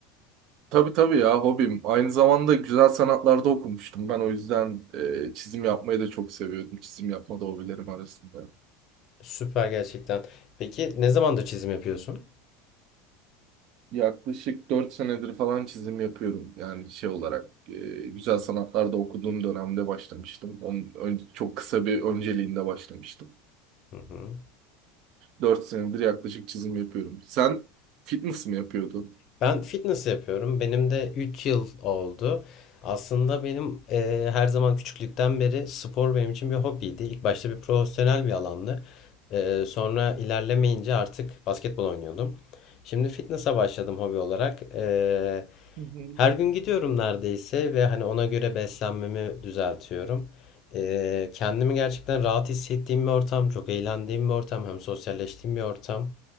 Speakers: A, on the right (about 60°); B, on the left (about 50°).
A: Tabii tabii ya hobim. Aynı zamanda güzel sanatlarda okumuştum. Ben o yüzden e, çizim yapmayı da çok seviyordum. Çizim yapma da hobilerim arasında.
B: Süper gerçekten. Peki ne zamandır çizim yapıyorsun?
A: Yaklaşık 4 senedir falan çizim yapıyorum. Yani şey olarak e, güzel sanatlarda okuduğum dönemde başlamıştım. Onun ön- çok kısa bir önceliğinde başlamıştım.
B: Hı hı.
A: 4 senedir yaklaşık çizim yapıyorum. Sen fitness mi yapıyordun?
B: Ben fitness yapıyorum. Benim de 3 yıl oldu. Aslında benim e, her zaman küçüklükten beri spor benim için bir hobiydi. İlk başta bir profesyonel bir alandı. E, sonra ilerlemeyince artık basketbol oynuyordum. Şimdi fitness'a başladım hobi olarak. E,
A: Hı hı.
B: her gün gidiyorum neredeyse ve hani ona göre beslenmemi düzeltiyorum. E, kendimi gerçekten rahat hissettiğim bir ortam, çok eğlendiğim bir ortam, hem sosyalleştiğim bir ortam.